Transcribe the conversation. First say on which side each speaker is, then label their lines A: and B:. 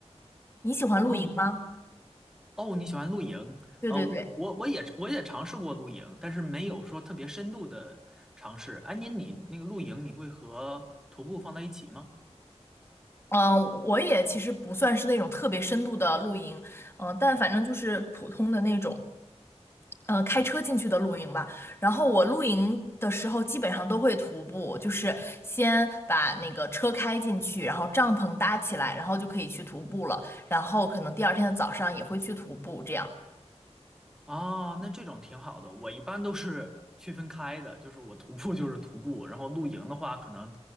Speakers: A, on the left; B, in the centre.
A: 你喜欢露营吗？
B: 哦哦，你喜欢露营？
A: 对对对，
B: 呃，我我也我也尝试过露营，但是没有说特别深度的尝试。哎，你你那个露营，你会和徒步放在一起吗？
A: 嗯，我也其实不算是那种特别深度的露营，嗯，但反正就是普通的那种。呃，开车进去的露营吧。然后我露营的时候基本上都会徒步，就是先把那个车开进去，然后帐篷搭起来，然后就可以去徒步了。然后可能第二天的早上也会去徒步，这样。
B: 哦，那这种挺好的。我一般都是区分开的，就是我徒步就是徒步，然后露营的话，可能